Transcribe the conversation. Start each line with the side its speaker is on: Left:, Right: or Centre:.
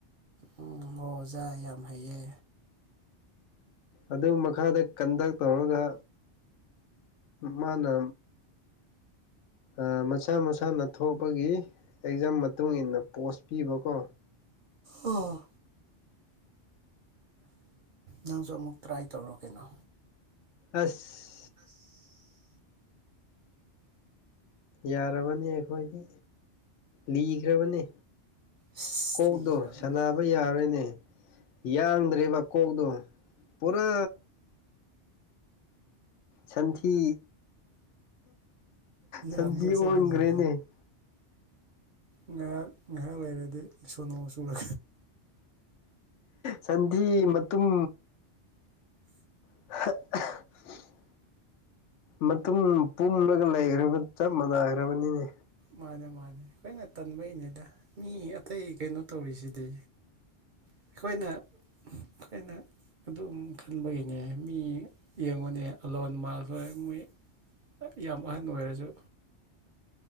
Right: ꯎꯝ ꯑꯣ ꯑꯣꯖꯥ ꯌꯥꯝ ꯍꯩꯌꯦ
Left: ꯑꯗꯨ ꯃꯈꯥꯗ ꯀꯟꯗꯛ ꯇꯧꯔꯒ ꯃꯥꯅ ꯑꯥ ꯃꯁꯥ ꯃꯁꯥꯅ ꯊꯣꯛꯄꯒꯤ ꯑꯦꯛꯖꯥꯝ ꯃꯇꯨꯡ ꯏꯟꯅ ꯄꯣꯁ ꯄꯤꯕꯀꯣ
Right: ꯎꯝ ꯅꯪꯁꯨ ꯑꯃꯨꯛ ꯇ꯭ꯔꯥꯏ ꯇꯧꯔꯣ ꯀꯩꯅꯣ
Left: ꯑꯁ
Right: ꯑꯁ
Left: ꯌꯥꯔꯕꯅꯤ ꯑꯩꯈꯣꯏꯒꯤ ꯂꯤꯈ꯭ꯔꯕꯅꯦ
Right: ꯏꯁ
Left: ꯀꯣꯛꯗꯣ
Right: ꯂꯤꯈ꯭ꯔꯕꯅꯦ
Left: ꯁꯅꯕ ꯌꯥꯔꯣꯏꯅꯦ ꯌꯥꯡꯗ꯭ꯔꯦꯕ ꯀꯣꯛꯇꯣ ꯄꯨꯔꯥ ꯁꯟꯊꯤ ꯁꯟꯊꯤ
Right: ꯍꯥꯟꯕꯒ ꯆꯞ
Left: ꯑꯣꯟꯒ꯭ꯔꯦꯅꯦ
Right: ꯃꯥꯟꯅꯔꯦ
Left: <inaudible>
Right: ꯉꯥꯏꯍꯥꯛ ꯉꯥꯏꯍꯥꯛ ꯂꯩꯔꯗꯤ ꯁꯣꯅꯣꯆꯔꯥ
Left: ꯁꯟꯊꯤ ꯃꯇꯨꯝ <unintelligible> ꯃꯇꯨꯡ ꯄꯣꯝꯂꯒ ꯂꯩꯒ꯭ꯔꯕ ꯆꯞ ꯃꯥꯟꯅꯈ꯭ꯔꯕꯅꯤꯅꯦ
Right: ꯃꯥꯅꯦ ꯃꯥꯅꯦ ꯑꯩꯈꯣꯏꯅ ꯇꯟꯕꯩꯅꯤꯗ ꯃꯤ ꯑꯇꯩ ꯀꯩꯅꯣ ꯇꯧꯔꯤꯁꯤꯗꯤ ꯑꯩꯈꯣꯏꯅ ꯑꯩꯈꯣꯏꯅ ꯑꯗꯨꯝ ꯈꯟꯕꯒꯤꯅꯦ ꯃꯤ ꯌꯦꯡꯉꯨꯅꯦ ꯑꯂꯣꯟ ꯃꯥꯜ ꯍꯣꯏ ꯃꯣꯏ ꯌꯥꯝ ꯑꯍꯟ ꯑꯣꯏꯔꯁꯨ